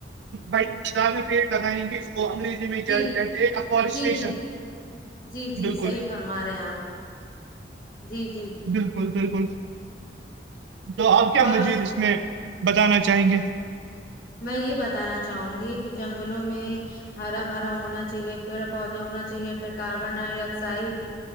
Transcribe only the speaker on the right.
بڑ زدہ پیڑ لگائیں گے اس کو انگریز
جائ کم گ ایفارسٹیریشن
بالکل
بالکل بالکل تو آپ کیا
مزید اس میں بتانا چاہیں گے